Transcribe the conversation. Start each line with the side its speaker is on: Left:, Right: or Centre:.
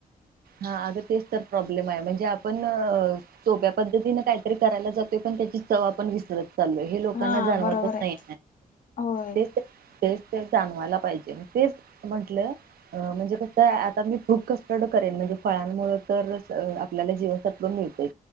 Right: हा अग तेच तर प्रॉब्लेम आहे म्हणजे आपण सोप्या पद्धतीने काहीतरी करायला जातोय पण त्याची चव आपण विसरत. चालल हे लोकांना
Left: हा
Right: जाणवतच
Left: बरोबर आहे
Right: नाही
Left: होय
Right: तेच ते जाणवायला पाहिजे तेच म्हंटलं म्हणजे कस आता मी खूप कस. करेन म्हणजे फळांमुळे तर आपल्याला जीवन सत्वून मिळतय.